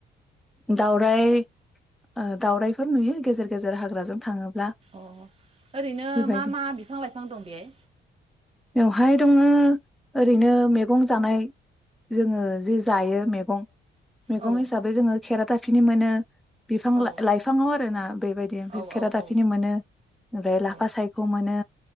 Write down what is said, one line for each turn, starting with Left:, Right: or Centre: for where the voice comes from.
Centre: दाउराय ओ दाउरायफोर नुयो गेजेर गेजेर हाग्राजों थाङोब्ला।
Right: अ ओरैनो
Centre: बेबायदि
Right: मा मा बिफां लाइफां दं बेहाय?
Centre: बेवहाय दङो ओरैनो मेगं जानाय जोङो जि जायो मैगं मेगं
Right: औ
Centre: हिसाबै जोङो खेरा दाफिनि मोनो बिफां
Right: औ
Centre: लाइफाङाव आरोना बेबायदि ओमफ्राय
Right: औ
Centre: खेरादाफिनि
Right: औ औ
Centre: मोनो। ओमफ्राय लाफा
Right: औ
Centre: सायख' मोनो